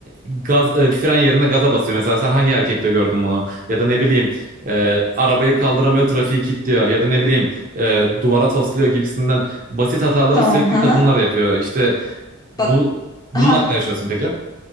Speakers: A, on the right; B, on the left.
A: gaz e, fren yerine gaza basıyor. Mesela sen hangi erkekte gördün bunu? Ya da ne bileyim e, arabayı kaldıramıyor, trafiği kilitliyor. Ya da ne bileyim e, duvara tosluyor gibisinden basit hataları
B: Tamam.
A: sürekli
B: Ha
A: kadınlar
B: ha.
A: yapıyor. İşte bu
B: Bak.
A: bunun
B: Ha
A: hakkında yaşıyorsun peki?